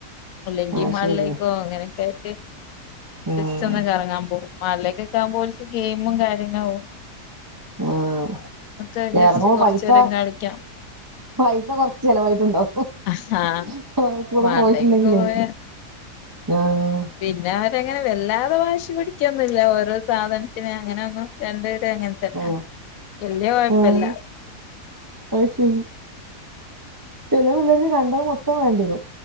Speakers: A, on the left; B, on the right.
A: അല്ലെങ്കി
B: അത്
A: മാളിലേക്കോ
B: ശരി
A: അങ്ങനെയൊക്കെ ആയിട്ട്
B: ആഹ്
A: ജസ്റ്റ്‌ ഒന്ന് കറങ്ങാൻ പോകും മളിലേക്കൊക്കെയാവുമ്പോൽക്ക് ഗെയിമും കാര്യങ്ങളും
B: ആഹ <unintelligible>
A: ഒക്കെ ജസ്റ്റ് കൊറച്ചേരം
B: പൈസ
A: കളിക്കാം
B: പൈസ കൊറച്ച് ചിലവായിട്ടുണ്ടോ ഹ് ഹ
A: ആഹാ
B: ഹ ഓലെ കൂടെ
A: മാളിലേക്ക്
B: പോയിട്ടുണ്ടെങ്കിലേ
A: പോയ
B: ആഹ്
A: പിന്നെ അവരങ്ങനെ വല്ലാതെ വാശി പിടിക്കൊന്നുല്ല ഓരോ സാധനത്തിന് അങ്ങനൊന്നും രണ്ടുപേരും അങ്ങനെ ല്ലല്ല
B: ആഹ്
A: വല്യ കൊഴപ്പല്ല
B: ആഹ് അത് ശരി ചില പിള്ളേർക്ക് കണ്ടത് മൊത്തം വേണ്ടിരും